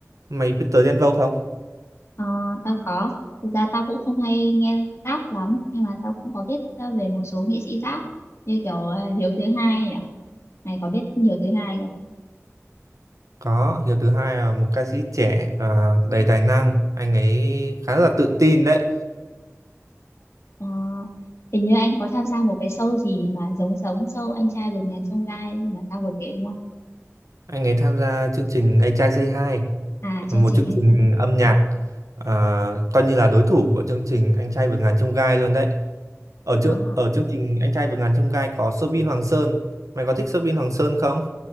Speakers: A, on the right; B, on the left.
A: mày biết tới Đen Vâu không
B: ờ, tao có. Thực ra tao cũng không hay nghe rap lắm, nhưng mà tao cũng có biết ờ, về một số nghệ sĩ rap như kiểu ờ, Hiếu thứ hai nhỉ? Mày có biết Hiếu thứ hai không?
A: có Hiếu thứ hai là một ca sĩ trẻ à, đầy tài năng anh ấy khá là tự tin đấy
B: Ờ, hình như anh có tham gia một cái show gì mà giống giống show anh trai vượt ngàn chông gai mà tao vừa kể đúng không?
A: anh ấy tham gia chương trình A Trai Say Hi
B: À chương
A: một
B: trình
A: chương trình
B: anh trai.
A: âm nhạc à, coi như là đối thủ của chương trình Anh Trai Vượt Ngàn Chông Gai luôn đấy ở chương
B: À,
A: ở chương trình Anh Trai Vượt Ngàn Chông Gai có Soobin Hoàng Sơn mày có thích Soobin Hoàng Sơn không